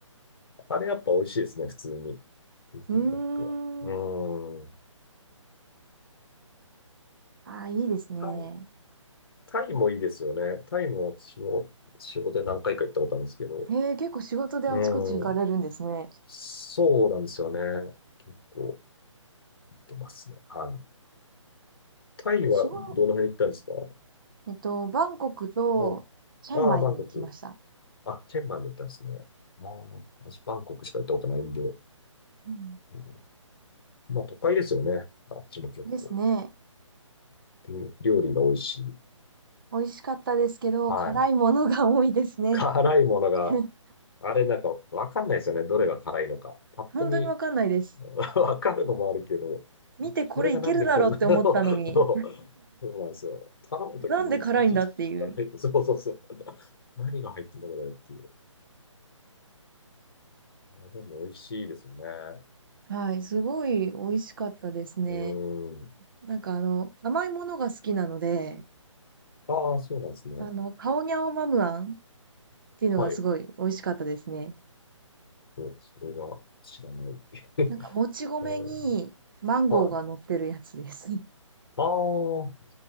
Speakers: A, on the left; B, on the right.
A: あれやっぱ美味しいですね、普通に。北京ダックは。
B: うーん。
A: うん。
B: ああ、いいですね。
A: タイ、タイもいいですよね。タイも私も仕事で何回か行ったことあるんですけど。
B: へえ、結構仕事であちこち行かれるんですね。
A: うん。そうなんですよね。結構行ってますね。はい。タイはどの辺行ったんですか
B: 仕事、えっと、バンコクとチェンマイに行きました。
A: そうああ、バンコク。あ、チェンマイも行ったんですね。ああ、私バンコクしか行ったことないんで。う
B: うん。
A: ん、まあ都会ですよね。あっちも結構。
B: ですね。
A: で料理が美味しい。
B: 美味しかったですけど、
A: はい。
B: 辛いものが多いですね。
A: 辛いものが
B: <laughs>
A: あれなんかわかんないですよね。どれが辛いのか。パッと見
B: 本当にわかんないです。
A: <laughs> わかるのもあるけど、
B: 見てこれいけるだろうって思ったのに、
A: これがなんでこんなの <laughs> そうそうなんですよ。頼むときにいちいち聞かない。
B: なんで辛いんだっていう。
A: そうそうそう。何が入ってんだこれっていう。あでも美味しいですよね。
B: はい、すごい美味しかったですね。
A: うん。うーん。
B: なんかあの、甘いものが好きなので、
A: ああ、そうなんですね。
B: あの、カオニャオマムアンっていうのがすごい美味しかったですね。
A: はい。お、それは知らない。<laughs>
B: なんか、もち米にマンゴーが乗ってるやつです。
A: うんはい。
B: <laughs>
A: ああ、そ